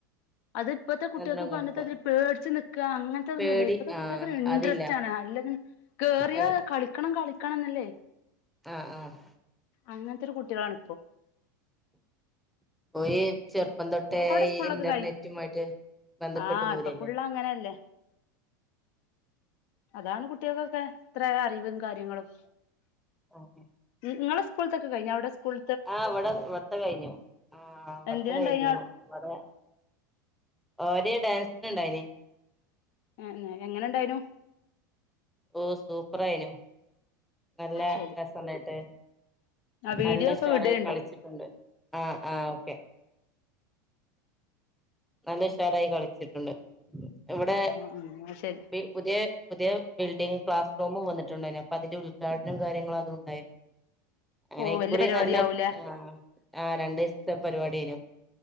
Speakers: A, on the left; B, in the centre.
A: അത് ഇപ്പത്തെ കുട്ട്യൾക്ക്
B: നല്ലോം കളിക്കും
A: പണ്ടത്തെതിരി പേട്ച്ച് നിക്ക അങ്ങൻത്തെ ഇതൊന്നും
B: പേടി
A: ഇല്ല. ഇപ്പത്തെ
B: ആഹ്
A: കുട്ട്യൾക്കൊരു ഇൻട്രസ്റ്റ്
B: അതില്ല
A: ആണ്. അല്ലെങ്കി കേറിയാ
B: എൽ
A: കളിക്കണം കളിക്കണംന്നല്ലേ.
B: ആഹ് ആഹ്.
A: അങ്ങൻത്തൊരു കുട്ട്യളാണ് ഇപ്പൊ.
B: ഓയി ചെർപ്പം തൊട്ടേ
A: സ്കൂളിലൊക്കെ
B: ഇന്റർനെറ്റുമായിട്ട്
A: കഴി
B: ബന്ധപ്പെട്ട്
A: ആഹ്
B: പോരല്ലേ
A: ഇപ്പൊ ഫുള്ള് അങ്ങനെല്ലേ? അതാണ് കുട്ട്യാക്കൊക്കെ ഇത്ര അറിവും കാര്യങ്ങളും.
B: ഓഹെ.
A: ഇങ്ങളെ സ്കൂൾത്തൊക്കെ കഴിഞ്ഞ? അവ്ടെ സ്കൂൾ
B: ആഹ് ഇവടെ ഇവട്ത്തെ കയ്ഞ്ഞു. ആഹ് ഇവട്ത്തെ
A: എന്തിനുണ്ടായിന
B: കഴിഞ്ഞു. ഇവടെ ഓര് ഡാൻസിന് ഇണ്ടായിനി.
A: ഏന്നെ എങ്ങനെ ഇണ്ടായ്നു?
B: ഓഹ് സൂപ്പറായിനു. നല്ല
A: ശരി
B: രസണ്ടായിട്ട്
A: ആ വീഡിയോ
B: നല്ല
A: ഒക്കെ
B: ഉഷാറായി
A: വിടേണ്ടു
B: കളിച്ചിട്ട് ണ്ട് ആഹ് ആഹ് ഓക്കെ. നല്ല ഉഷാറായി കളിച്ചിട്ടുണ്ട് ഇവടെ
A: ആഹ് ശരി
B: ബി പുത്യേ പുത്യേ ബിൽഡിംഗ് ക്ലാസ് റൂമും വന്നിട്ടുണ്ടായിരുന്നു അപ്പ അതിന്റെ ഉദ്ഘാടനം കാര്യങ്ങളും അത് ഉണ്ടായിനി. അങ്ങനെ
A: ഓ
B: ഇക്കുറി
A: വല്യ പരിപാടി
B: നല്ല
A: ആവൂലേ
B: ആഹ് ആ രണ്ട് ദിവസത്തെ പരിപാടി ഏനു.